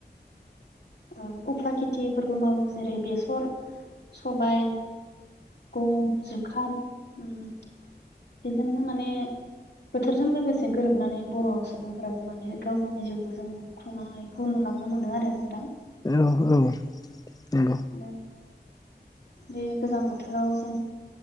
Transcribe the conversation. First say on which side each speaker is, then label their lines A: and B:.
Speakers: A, on the left; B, on the left.
A: ओ उफ्रा खेथिफोरबो मावो जेरै बेसर सबाय गम <unintelligible> बेजोंनो माने बोथोरजों लोगोसे गोरोबनानै बर' सुबुंफोराबो माने गाव गावनि जिउखौ जों खुंनायखौ नु लांनो मोनो आरो नोंथां
B: औ औ ओं
A: आरो बे गोजां बोथोराव जों